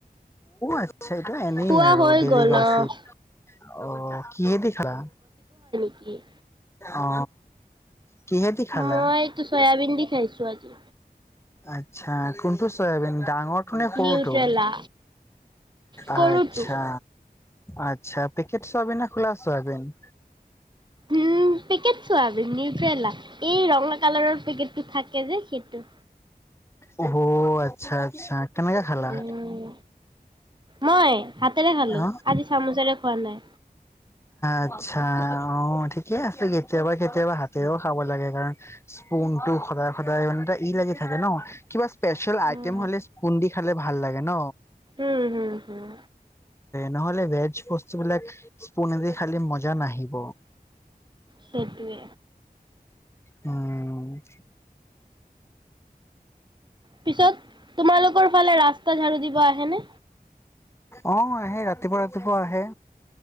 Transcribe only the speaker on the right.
খোৱা
হৈ
গ'ল
অ'।
কি
মইতো চয়াবিন দি খাইছো আজি
নিউট্ৰেলা সৰুটো।
উম পেকট চয়াবিন নিউট্ৰেলা এই ৰঙা কালাৰৰ পেকটটো থাকে যে সেইটো
উম, মই হাতেৰে খালো
আজি চামুচেৰে খোৱা নাই
উম
উম হম হম
সেটোৱে
পিছত তোমালোকৰ ফালে ৰাস্তা ঝাৰু দিব আহেনে